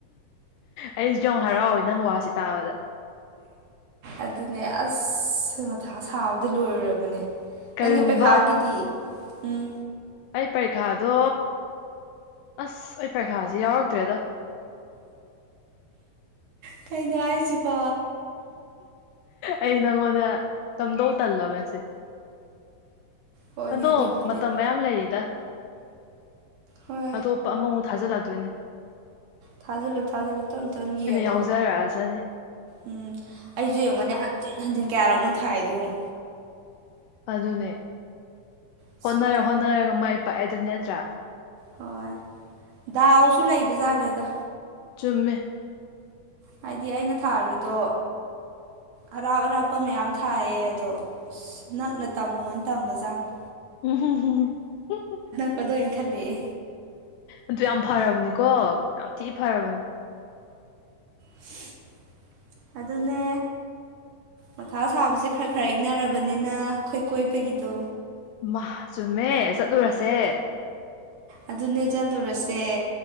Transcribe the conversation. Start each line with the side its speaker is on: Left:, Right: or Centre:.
Left: ꯑꯩꯖꯨ ꯌꯥꯝ ꯍꯔꯥꯎꯋꯦ ꯅꯪ ꯋꯥꯁꯤ ꯇꯥꯕꯗꯥ
Right: ꯑꯗꯨꯅꯦ ꯑꯥꯁ ꯃꯊꯥ ꯁꯥꯕꯗ ꯂꯣꯏꯔꯨꯔꯕꯅꯦ
Left: ꯀꯔꯤꯒꯨꯝꯕ
Right: ꯅꯪꯒꯤ ꯄꯩꯈꯥꯒꯤꯗꯤ ꯎꯝ
Left: ꯑꯩ ꯄꯔꯤꯈꯥꯗꯣ ꯑꯥꯁ ꯑꯩ ꯄꯩꯈꯥꯁꯦ ꯌꯥꯎꯔꯛꯇ꯭ꯔꯦꯗꯥ
Right: ꯀꯩꯅꯣ ꯍꯥꯏꯁꯤꯕꯣ
Left: ꯑꯩ ꯅꯥꯉꯣꯟꯗ ꯇꯝꯗꯧ ꯇꯜꯂꯕ ꯑꯁꯦ
Right: ꯍꯣꯏꯅꯦ
Left: ꯑꯗꯣ
Right: ꯑꯗꯨꯕꯨꯗꯤ
Left: ꯃꯇꯝ ꯃꯌꯥꯝ ꯂꯩꯔꯤꯗꯥ
Right: ꯍꯣꯏ
Left: ꯑꯇꯣꯞꯄ ꯑꯃꯃꯨꯛ ꯊꯥꯖꯤꯜꯂꯗꯣꯏꯅꯦ
Right: ꯊꯥꯖꯤꯜꯂꯨ ꯊꯥꯖꯤꯜꯂꯨ ꯇꯞ ꯇꯞ ꯌꯦꯡꯉꯣ
Left: ꯌꯥꯎꯖꯔꯛꯑꯁꯅꯤ
Right: ꯎꯝ ꯑꯩꯁꯨ ꯌꯦꯡꯉꯣꯅꯦ ꯍꯟꯖꯤꯟ ꯍꯟꯖꯤꯟ ꯀꯌꯥꯔꯛꯅꯣ ꯊꯥꯏꯗꯣ ꯌꯦꯡꯉꯣ
Left: ꯑꯗꯨꯅꯦ
Right: ꯑꯁ
Left: ꯍꯣꯠꯅꯔ
Right: ꯃꯊꯛ
Left: ꯍꯣꯠꯅꯔꯒ ꯃꯥꯏ ꯄꯥꯛꯑꯦꯗꯨꯅꯤ ꯅꯠꯇ꯭ꯔꯥ
Right: ꯍꯣꯏ ꯗꯥꯎꯁꯨ ꯂꯩꯕꯖꯥꯠꯅꯦꯗ
Left: ꯆꯨꯝꯃꯦ
Right: ꯍꯥꯏꯗꯤ ꯑꯩꯅ ꯊꯥꯔꯨꯔꯤꯗꯣ ꯑꯔꯥꯞ ꯑꯔꯥꯞꯄ ꯃꯌꯥꯝ ꯊꯥꯏꯌꯦ ꯑꯗꯣ ꯑꯁ ꯅꯛꯅ ꯇꯝꯃꯣꯅ ꯇꯝꯕ ꯖꯥꯠꯅꯤ
Left: ꯎꯝ <unintelligible>
Right: ꯑꯗ ꯑꯣꯏꯟ ꯈꯜꯂꯦꯛꯑꯦ
Left: ꯑꯗꯨ ꯌꯥꯝ ꯐꯔꯕꯅꯤꯀꯣ ꯌꯥꯝ ꯊꯤ ꯐꯔꯕꯅꯤ
Right: ꯁꯤ <unintelligible> ꯑꯗꯨꯅꯦ ꯃꯊꯥ ꯁꯥꯕꯁꯦ ꯈꯔ ꯈꯔ ꯏꯪꯅꯔꯕꯅꯤꯅ ꯑꯩꯈꯣꯏ ꯀꯣꯏꯕꯒꯤꯗꯣ
Left: ꯃꯥ ꯆꯨꯝꯃꯦ ꯆꯠꯂꯨꯔꯁꯦ
Right: ꯑꯗꯨꯅꯦ ꯆꯠꯂꯨꯔꯁꯦ